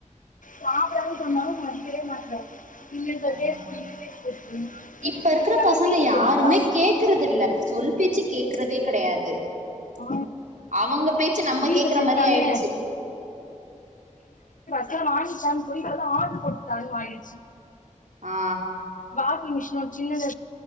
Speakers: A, on the left; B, on the right.
A: சாப்படாத சொன்னாலும் மதிக்கவே மாட்றா இல்ல இந்த
B: ஆ
A: டேஸ்ட் புடிக்கல டேஸ்ட் புடிக்கலன்னு
B: இப்ப இருக்கிற
A: அப்றோ
B: பசங்க
A: வீட்ல
B: யாருமே
A: செஞ்சுட்டா
B: கேக்குறது இல்லப் சொல் பேச்சே கேக்குறதே கிடையாது து
A: ஆ
B: அவங்க பேச்சு நம்ம
A: வீட்ல
B: கேக்குற
A: செஞ்சுட்டான்னு
B: மாரி ஆயிடுச்சு
A: தா வாங்கித்தான்னு போய் இப்பல்லா ஆடர் போட்டுதான்னு மாறிடுச்சு
B: ஆ
A: பாப்பு மிஷி சின்னத